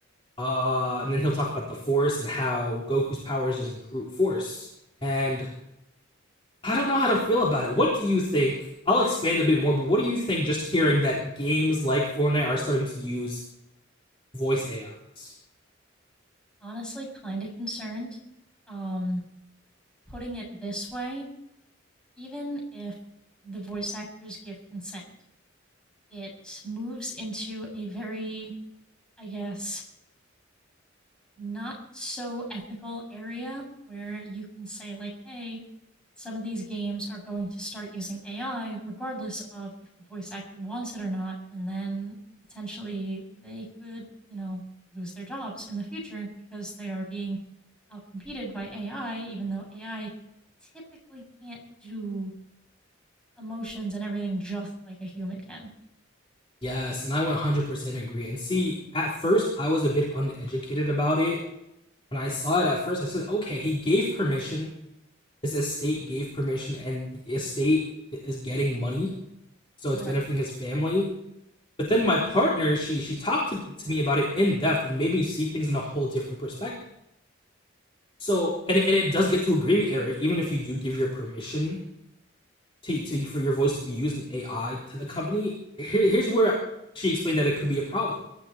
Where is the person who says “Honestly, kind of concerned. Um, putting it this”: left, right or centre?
Centre